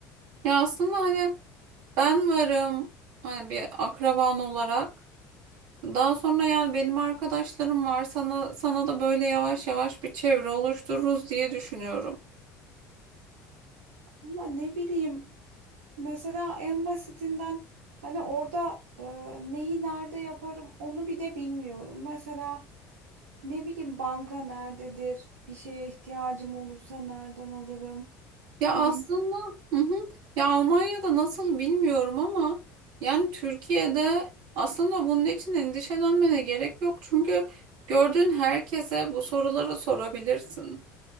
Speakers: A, on the right; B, on the right.
A: Ya aslında hani ben varım hani bir akraban olarak. Daha sonra yani benim arkadaşlarım var. Sana sana da böyle yavaş yavaş bir çevre oluştururuz diye düşünüyorum.
B: Ama ne bileyim mesela en basitinden hani orada e, neyi nerede yaparım onu bile bilmiyorum. Mesela Ne bileyim banka nerededir? Bir şeye ihtiyacım olursa nereden alırım?
A: Ya
B: Hani
A: aslında
B: s-
A: hı hı. Ya Almanya'da nasıl bilmiyorum ama yani Türkiye'de aslında bunun için endişelenmene gerek yok. Çünkü gördüğün herkese bu soruları sorabilirsin.